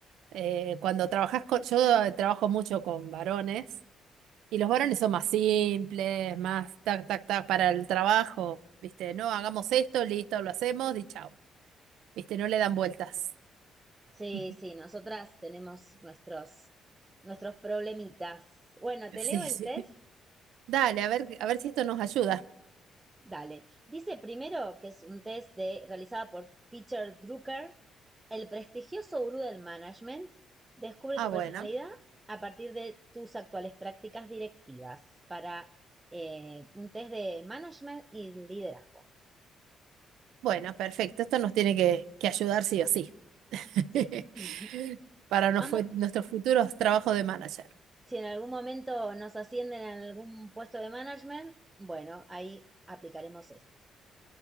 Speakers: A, on the right (about 80°); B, on the right (about 15°).
A: Eh, cuando trabajas con, yo trabajo mucho con varones. Y los varones son más simples, más tac, tac, tac para el trabajo, ¿viste? No, hagamos esto, listo, lo hacemos y chao. ¿Viste? No le dan vueltas.
B: Sí,
A: <laughs>
B: sí, nosotras tenemos nuestros, nuestros problemitas. Bueno,
A: Sí,
B: ¿te leo el
A: sí.
B: test?
A: Dale, a ver, a ver si esto nos ayuda.
B: Dale. Dice primero que es un test de, realizada por Peter Drucker, el prestigioso gurú del management. Descubre
A: Ah,
B: tu
A: bueno.
B: personalidad a partir de tus actuales prácticas directivas para eh, un test de management y liderazgo.
A: Bueno, perfecto. Esto nos tiene que, que ayudar sí o sí. <laughs>
B: Sí. <laughs>
A: Para
B: Vamos,
A: nos fue, nuestros futuros trabajos de manager.
B: si en algún momento nos ascienden a algún puesto de management, bueno, ahí aplicaremos esto.